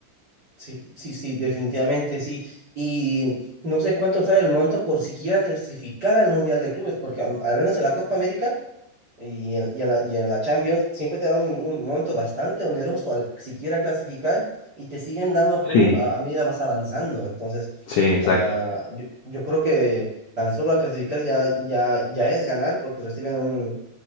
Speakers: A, on the right; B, on the left.
A: Sí, sí, sí, definitivamente sí. Y no sé cuánto sale el monto por siquiera clasificar al Mundial de Clubes, porque am- al menos en la Copa América Y en, y en la, y en la Champions siempre te dan un, un monto bastante oneroso al siquiera clasificar y te siguen dando premios
B: Sí,
A: a, a medida vas avanzando. Entonces,
B: sí, exacto.
A: ah, yo, yo creo que tan solo al clasificar ya, ya, ya es ganar porque reciben un,